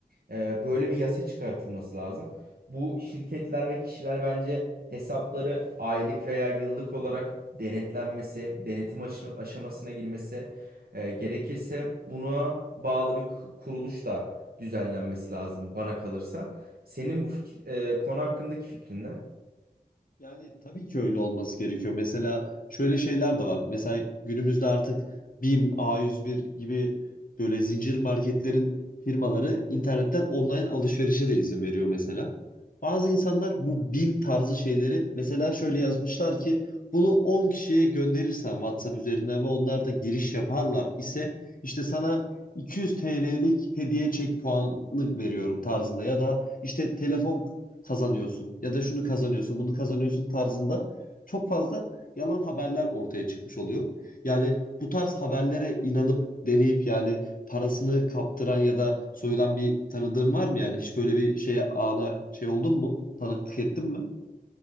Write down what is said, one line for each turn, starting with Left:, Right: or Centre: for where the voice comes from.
Right: Ee, böyle bir yasa çıkartılması lazım. Bu şirketler ve kişiler bence hesapları aylık veya yıllık olarak denetlenmesi, denetim aşı- aşamasına girmesi e, gerekirse buna bağlı bir k- kuruluş da düzenlenmesi lazım bana kalırsa. Senin bu fik- e, konu hakkındaki fikrin ne?
Left: Yani tabii ki öyle olması gerekiyor. Mesela şöyle şeyler de var. Mesela günümüzde artık BİM, A101 gibi böyle zincir marketlerin firmaları internetten online alışverişe de izin veriyor mesela. Bazı insanlar bu BİM tarzı şeyleri mesela şöyle yazmışlar ki bunu 10 kişiye gönderirsen WhatsApp üzerinden ve onlar da giriş yaparlar ise işte sana 200 TL'lik hediye çek puanı veriyorum tarzında ya da işte telefon kazanıyorsun ya da şunu kazanıyorsun, bunu kazanıyorsun tarzında çok fazla yalan haberler ortaya çıkmış oluyor. Yani bu tarz haberlere inanıp deneyip yani parasını kaptıran ya da soyulan bir tanıdığın var mı yani? Hiç böyle bir şeye ana şey oldun mu? Tanıklık ettin mi?